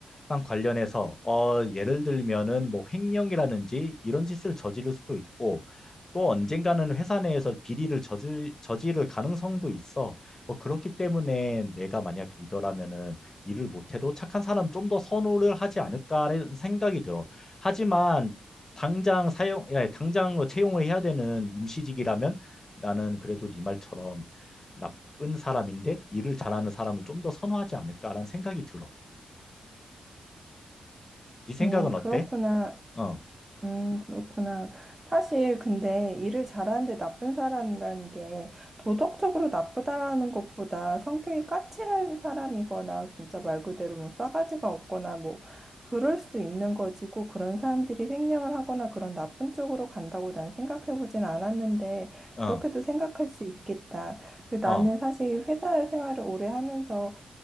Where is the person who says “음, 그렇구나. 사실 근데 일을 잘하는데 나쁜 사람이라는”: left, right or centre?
Right